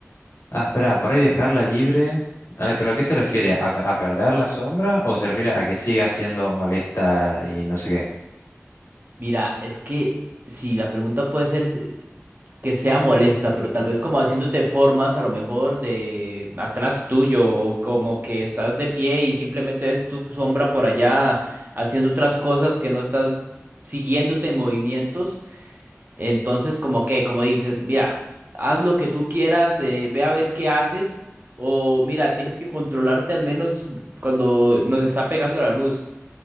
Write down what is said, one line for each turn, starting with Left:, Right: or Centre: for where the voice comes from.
Left: Ah, espera, por ahí dejarla libre. Ah, ¿pero a qué se refiere? ¿A, pe- a perder la sombra o se refiere a que siga siendo molesta y no sé qué?
Right: Mira, es que si la pregunta puede ser s- que sea molesta, pero tal vez como haciéndote formas a lo mejor de atrás tuyo, o como que estás de pie y simplemente es tu sombra por allá haciendo otras cosas que no estás siguiéndote en movimientos, entonces como que, como dices, mira, haz lo que tú quieras, eh, ve a ver qué haces, o mira, tienes que controlarte al menos cuando nos está pegando la luz.